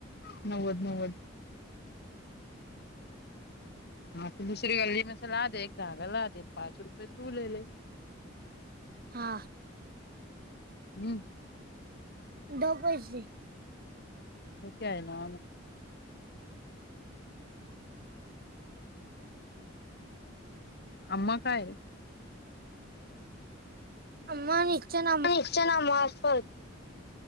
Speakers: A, on the left; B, on the right.
A: नव्वद नव्वद ह दुसरी गल्ली मस ला दे एक धागा ला दे पाच रुपये तूलेले
B: हा
A: हम्म
B: दो पैसे
A: क आहे ना आम्मा काय
B: अ् नि्चन
A: निचणा मार्फत